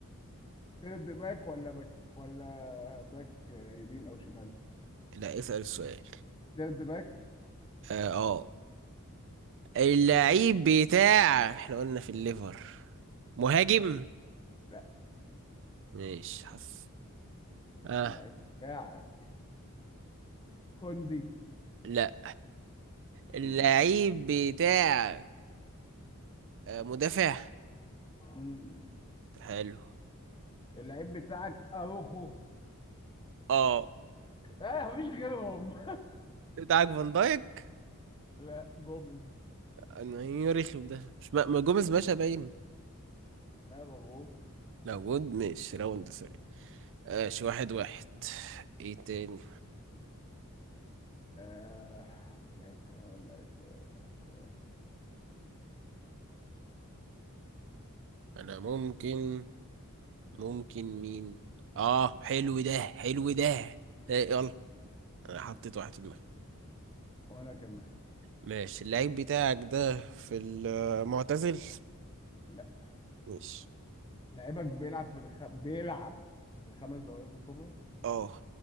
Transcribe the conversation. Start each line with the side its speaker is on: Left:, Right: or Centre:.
Left: سيرد باك ولا باك ولا باك يمين او شمال
Right: لا اسأل السؤال
Left: سيرد باك
Right: اه آه. اللعيب بتاعك احنا قلنا في الليفر مهاجم؟
Left: لا
Right: ماشي حف اه
Left: اللعيب بتاعك كوندي
Right: لا اللعيب
Left: مم.
Right: بتاعك آه مدافع؟
Left: مم.
Right: حلو
Left: اللعيب بتاعك اروخو
Right: اه
Left: اه مفيش غيرهم
Right: بتاعك فان دايك؟
Left: <laughs> لا جوميز
Right: انا ايه يا رخم ده مش ما ما جوميز باشا باين
Left: لا موجود
Right: موجود ماشي راوند ماشي واحد واحد ايه تاني
Left: آه حط لعيب كمان لعيب كمان لعيب كمان
Right: انا ممكن ممكن مين اه حلو ده حلو ده إيه يلا انا حطيت واحد في دماغي
Left: وانا كمان
Right: ماشي اللعيب بتاعك ده في المعتزل
Left: لا
Right: ماشي
Left: لعيبك بيلعب في الخ... بيلعب في الخمس دوريات الكبرى
Right: اه